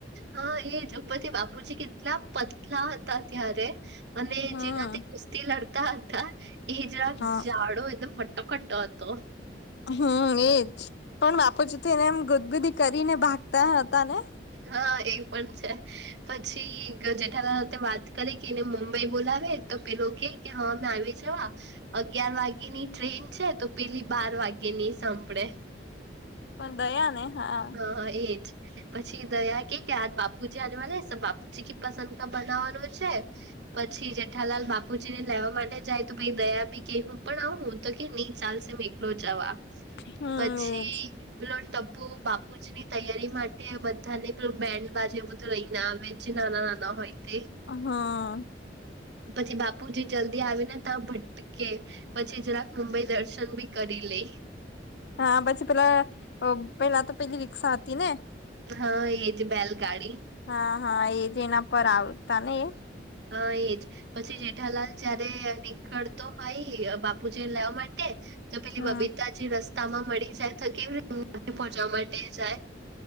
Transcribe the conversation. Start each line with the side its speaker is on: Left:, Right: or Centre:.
Right: હા એ દુપતિ બાપુજી કેટલા પતલા હતા ત્યારે અને
Left: હમ
Right: જેના તે કુસ્તી લડતા હતા એ જરા
Left: હા
Right: ઝાડો એકદમ હટ્ટ ખટતો હતો તોફ
Left: હમ એજ પણ બાપુ જ એને એમ ગુદગુદી કરીને ભાગતા હતા ને
Right: હા એ પણ છે પછી જેઠાલાલ હાથે વાત કરી કે એને મુંબઈ બોલાવે તો પેલો કે કે હા મેમે આવી છે જવા અગિયાર વાગે ની ટ્રેન છે તો પેલી બાર વાગે ની સાંભળે
Left: પણ દયા ને હા
Right: હ એજ પછી દયા કે કે આ બાપુજી આનેવા બાપુજી ક પસંદ બનાવવાનું છે પછી જેઠાલાલ બાપુજી ને લેવા માટે જાય તો ભ દયા બી કે હું પણ આવ હું તો કે નહી ચાલશે મે એકલો જવા
Left: હમ
Right: પછી
Left: એજ
Right: પેલો ટપુ બાપુજી <inaudible> ની તૈયારી માટે બધાને બેન્ડ બાજુ એ બધું રહીને આવે છે નાના નાના હોય તે
Left: હા
Right: પછી બાપુ જે જલ્દી આવે ને ત્યાં ભટ કે પછી જરાક મુંબઈ દર્શન બી કરી લઈ
Left: હા પછી પેલા અ પેલા તો પેલી રિક્ષા હતી ને.
Right: હા ઇજ બેલગાડી.
Left: હા હા એજ એના પર આવતા ને એ.
Right: હ એજ. પછી જેઠાલાલ જયારે નીકળતો હોય બાપુજીને લેવા માટે તો પેલી
Left: હમ
Right: બબીતાજી રસ્તા માં મળી જાય તો કેવી રીતે પહોંચવા માટે જાય.